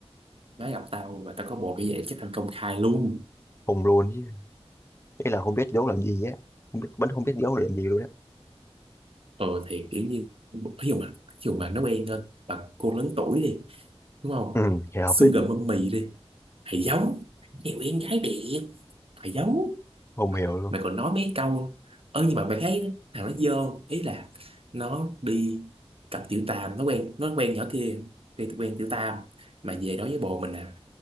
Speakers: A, on the right (about 60°); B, on the left (about 25°).
A: nó gặp tao mà tao có bộ như vậy chắc thành công khai luôn
B: hùng luôn chứ ý là không biết giấu làm gì á không biết vẫn không biết giấu làm gì luôn á
A: ờ thì kiểu như ví dụ mà ví dụ mà nó quen hơn bằng cô lớn tuổi đi đúng không
B: ừ thì hợp
A: xương
B: lý
A: đậm mâm mì đi thầy giấu nhiều em gái đẹp thầy giấu
B: không hiểu luôn
A: mày còn nói mấy câu ơ nhưng mà mày thấy thằng nó dơ không? ý là nó đi cặp tiểu tam nó quen nó quen nhỏ kia quen quen tiểu tam mà về nói với bồ mình là